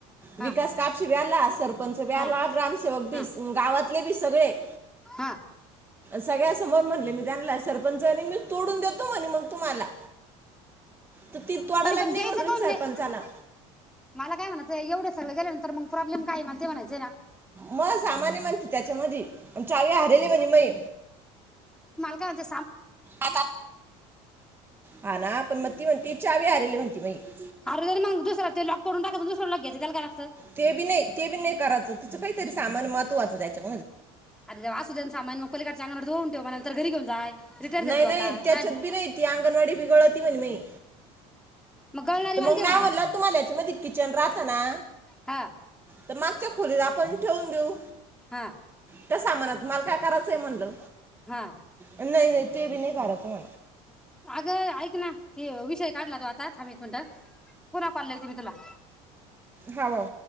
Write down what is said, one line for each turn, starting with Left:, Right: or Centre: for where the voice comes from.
Centre: हा
Right: विकास कापशी बी आला, सरपंच बी आला,
Centre: हा
Right: ग्रामसेवक बी
Centre: हा
Right: गावातले बी सगळे ते
Centre: हा
Right: सगळ्या समोर म्हणले मी त्यांना सरपंच आणि मी तोडून देतो म्हणे मग तुम्हाला तू ती तोडालाट
Centre: म्हणजे पण द्यायचं
Right: म्हणून
Centre: काऊन
Right: सरपंचा
Centre: नाही
Right: आला.
Centre: मला काय म्हणायचं एवढंच सगं गेल्या नंतर मग प्रॉब्लेम का आहे मला ते म्हणायचें ना
Right: मग सामान्य म्हणते त्याच्या मध्ये चावी हारले म्हणजे मय
Centre: कागज
Right: आ हा ना मग त म्हणते चावी हारवली म्हणते अम <unintelligible>
Centre: अरे मग दुसरा ते लॉक करून टाकात दुसरा ल घय त्याला लागतं
Right: ते बी नाही ते बी नाही करायचं तिचं काही री सामान महत्वाचं त्याच्या
Centre: अरे असू दे्या सामान मग पलीकडच्या अंगाला धुऊन ठेव म नंत घरी घेऊन जाय रिटायर
Right: नाही
Centre: झाली तू
Right: नाही
Centre: आता
Right: त्याच्यात
Centre: काय झालं?
Right: बी नाही ती अंगणवाडी बिगळती म्हण मय
Centre: मग गळणारी
Right: तर
Centre: माल
Right: मग
Centre: दे
Right: म्या
Centre: म्हणा
Right: म्हणला तुम्हाला याच्यामध्ये किचन राहत ना,
Centre: हा
Right: तर मागच्या खोलीत आपण ठेऊन देउ
Centre: हा
Right: त्या सामानात मला काय करायचंय म्हणलं
Centre: हा
Right: नाही नाही तेबी नाही कारक हो
Centre: अगं ऐक ना ते विषय काढला तो आता थाब एक मिनिट ह पुन्हा कॉल देते मी तुला
Right: हॅलो